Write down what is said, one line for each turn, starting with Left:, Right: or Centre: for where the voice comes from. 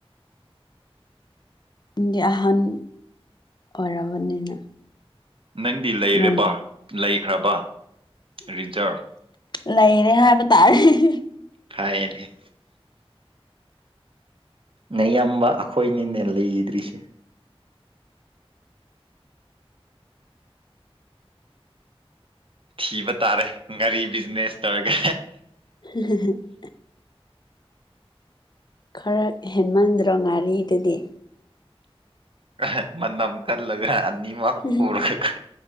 Left: ꯗꯤ ꯑꯍꯟ ꯑꯣꯏꯔꯕꯅꯤꯅ
Right: ꯅꯪꯗꯤ
Left: ꯑꯩꯉꯣꯟꯗ
Right: ꯂꯩꯔꯦꯕ ꯂꯩꯈ꯭ꯔꯕ ꯔꯤꯖꯥꯔ
Left: ꯂꯩꯔꯦ ꯍꯥꯏꯕ ꯇꯥꯔꯦ
Right: ꯍꯥꯏꯌꯦꯟ ꯗꯦ ꯅꯌꯥꯝꯕ ꯑꯩꯈꯣꯏꯅꯤꯅꯦ ꯂꯩꯗ꯭ꯔꯤꯁꯦ ꯊꯤꯕ ꯇꯥꯔꯦ ꯉꯥꯔꯤ ꯕꯤꯖꯤꯅꯦꯁ ꯇꯧꯔꯒ
Left: ꯎ ꯍꯝ ꯈꯔ ꯍꯦꯟꯃꯟꯗ꯭ꯔ ꯉꯥꯔꯤꯗꯨꯗꯤ
Right: ꯑꯥꯍꯥ ꯃꯅꯝ ꯀꯜꯂꯒ ꯑꯅꯤꯃꯛ
Left: ꯎꯝ
Right: ꯄꯨꯔꯒ